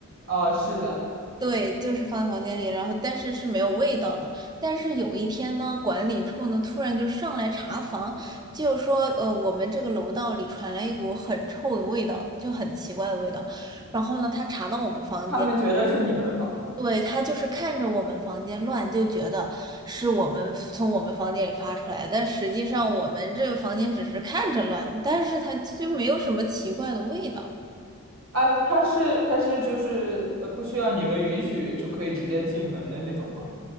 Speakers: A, on the right; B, on the right.
A: 哦，是的。
B: 对，就是放在房间里，然后但是是没有味道的。但是有一天呢，管理处呢突然就上来查房，就说呃，我们这个楼道里传来一股很臭的味道，就很奇怪的味道。然后呢，他查到我们房间，
A: 他们觉得是你们房子。
B: 对，他就是看着我们房间乱，就觉得是我们从我们房间里发出来，但实际上我们这个房间只是看着乱，但是他就没有什么奇怪的味道。
A: 哎，他是他是就是呃，不需要你们允许就可以直接进门的那种吗？